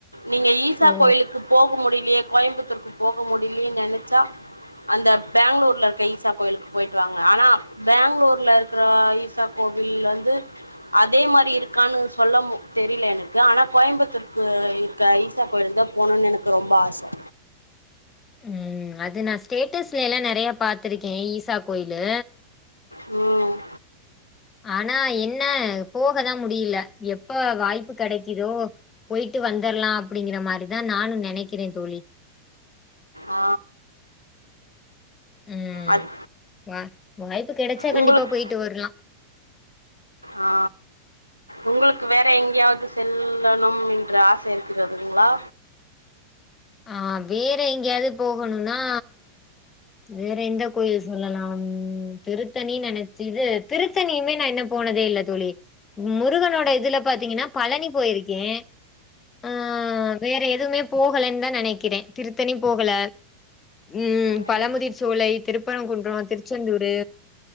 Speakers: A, on the left; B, on the left.
A: நீங்க ஈசா
B: ஓ!
A: கோயிலுக்கு போக முடியலையே கோயம்புத்தூருக்கு போக முடியலயேன்னு நெனச்சா அந்த பாங்களூர்ல இருக்க ஈசா கோயிலுக்கு போயிட்டு வாங்க ஆனா பெங்களூர்ல இருக்கிற ஈசா கோவில் வந்து அதே மாரி இருக்கான்னு சொல்ல மு தெரில எனக்கு ஆனா கோயம்புத்தூருக்கு க ஈசா கோயிலுக்கு தா போகணுன்னு எனக்கு ரொம்ப ஆசை
B: ம் அது நா ஸ்டேட்டஸ்ல எல்லா நெறைய பாத்திருக்கேன் ஈசா கோயிலு
A: ம்
B: ஆனா என்ன போக தா முடில எப்ப வாய்ப்பு கெடைக்கிதோ போயிட்டு வந்தர்லா அப்படிங்கிற மாதிரிதான் நானும் நெனைக்கிறேன் தோழி
A: ஆ
B: ம்
A: அது
B: வா வாய்ப்பு கெடச்சா
A: உங்களுக்கு
B: கண்டிப்பா போய்ட்டு வர்லா
A: ஆ உங்ளுக்கு வேற எங்கயாவது செல்லணும் என்ற ஆசை இருக்கிறதுங்களா
B: ஆ வேற எங்கயாவது போகணுனா வேற எந்த கோயில் சொல்லலா திருத்தணி நெனச்சி இது திரு த்தணியுமே நா இன்னோ போனதே இல்ல தோழி முருகனோட இதுல பாத்தீங்ன்னா பழனி போயிருக்கேன் ஆ வேற எதுமே போகலேன் தா நெனைக்றேன் திருத்தணி போகல ம்
A: ஓ
B: பழமுதிர் சோலை திருப்பரங்குன்றோ திருச்செந்தூரு